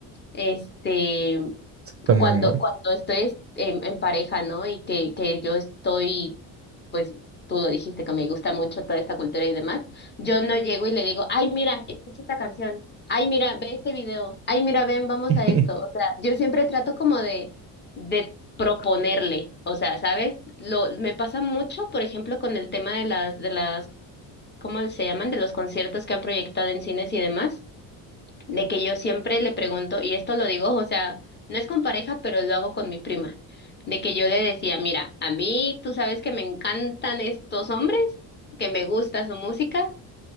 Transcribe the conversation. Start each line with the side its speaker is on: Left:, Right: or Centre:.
Left: este,
Right: Está muy
Left: cuando,
Right: mal.
Left: cuando estoy en, en pareja, ¿no? Y que, que yo estoy, pues tú lo dijiste, que me gusta mucho toda esta cultura y demás, yo no llego y le digo, ay, mira, escucha esta canción, ay, mira, ve este video, ay, mira, ven, vamos
Right: <laughs>
Left: a esto. O sea, yo siempre trato como de, de proponerle, o sea, ¿sabes? Lo, me pasa mucho, por ejemplo, con el tema de las, de las, ¿cómo se llaman? De los conciertos que han proyectado en cines y demás de que yo siempre le pregunto, y esto lo digo, o sea, no es con pareja, pero lo hago con mi prima, de que yo le decía, mira, a mí tú sabes que me encantan estos hombres, que me gusta su música,